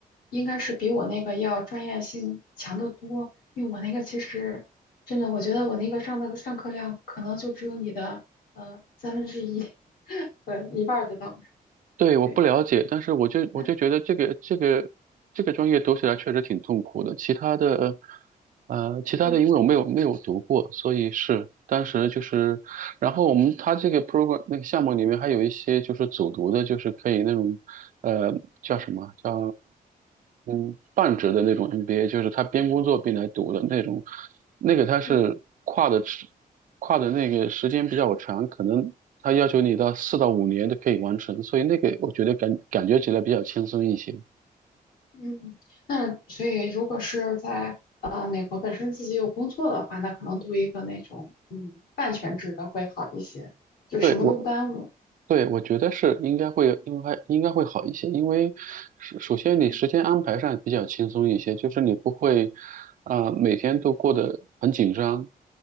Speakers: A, on the left; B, on the right.
A: 应该是比我那个要专业性强得多。因为我那个其实真的，我觉得我那个上的上课量可能就只有你的呃三分之一，<laughs> 对，一半儿都到不上
B: 对，我不了解，
A: 对，
B: 但是我就我就觉得这个这个这个专业读起来确实挺痛苦的。
A: 那
B: 其他的，呃，其他的因为我没有没有读过，
A: 嗯
B: 所以是当时就是，然后我们他这个 program 那个项目里面还有一些就是组读的，就是可以那种，呃，叫什么叫？嗯，半职的那种 MBA，就是他边工作边来读的那种，那个他是跨的时
A: 嗯
B: 跨的那个时间比较长，可能他要求你到四到五年都可以完成，所以那个我觉得感感觉起来比较轻松一些。
A: 嗯，那所以如果是在呃美国本身自己有工作的话，那可能读一个那种嗯半全职的会好一些，就什么都不耽误。
B: 对我，对我觉得是应该会，应该应该会好一些，因为首首先你时间安排上比较轻松一些，
A: 嗯
B: 就是你不会啊、呃每天都过得很紧张，